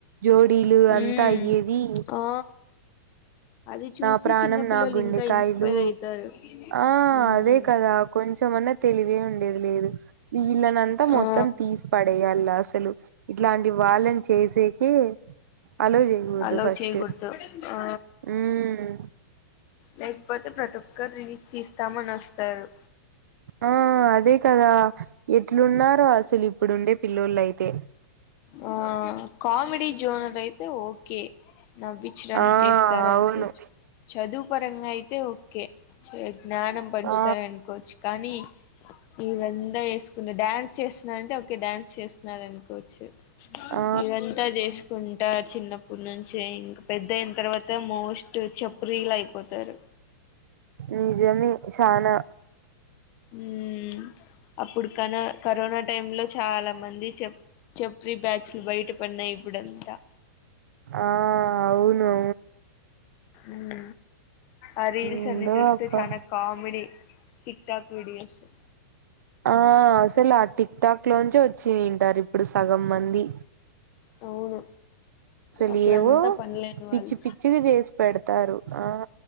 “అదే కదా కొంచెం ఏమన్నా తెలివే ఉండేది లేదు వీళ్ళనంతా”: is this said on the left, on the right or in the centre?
Right